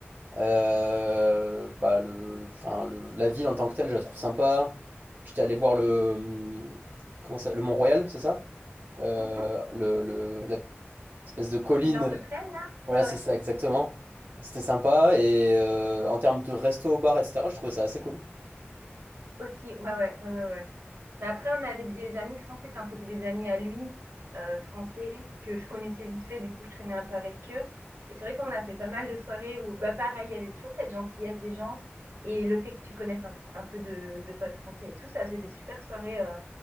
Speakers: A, on the right; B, on the right.
A: Euh, bah, le, enfin, le- la ville en tant que telle, je la trouve sympa. J'étais allé voir le, hum, comment ça, le Mont-Royal, c'est ça? Euh,
B: Mhm.
A: le, le- la espèce de colline,
B: L'énorme
A: euh,
B: plaine, là?
A: voilà,
B: Ouais, ouais.
A: c'est ça exactement. C'était sympa. Et euh, en termes de resto, bar, etc., je trouvais ça assez cool.
B: Aussi, ouais, ouais, ouais, ouais. ouais. Mais après, on avait des amis français, enfin, c'était des amis à lui, euh, français, que je connaissais vite fait, du coup, je traînais un peu avec eux. Et c'est vrai qu'on a fait pas mal de soirées où, bah, pareil, il y avait toujours cette gentillesse des gens et le fait que tu connaisses un, un peu de, de potes français et tout, ça faisait des super soirées. euh,